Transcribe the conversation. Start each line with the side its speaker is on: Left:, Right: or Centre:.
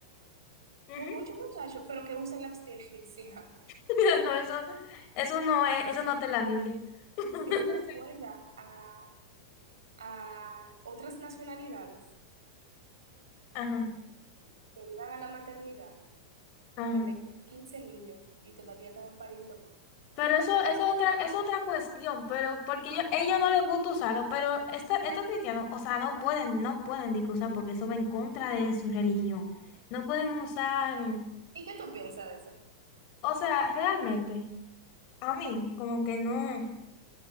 Left: Ujú.
Right: Con ocho muchachos, pero que usen la abstinencia.
Left: <laughs> No, eso, eso no es, eso no está en la Biblia.
Right: <laughs>
Left: <laughs>
Right: Eso me acuerda a, a otras nacionalidades
Left: Ajá,
Right: que iban a la maternidad
Left: ajá.
Right: que tengo 15 niños y todavía te van pariendo más.
Left: Pero eso, eso es otra, es otra cuestión, pero porque ellos, ellos no les gusta usarlo, pero esta- estos cristianos, o sea, no pueden, no pueden ni que usar porque eso va en contra de su religión. No pueden usar,
Right: ¿Y qué tú piensas de eso?
Left: o sea, realmente. A mí, como que no.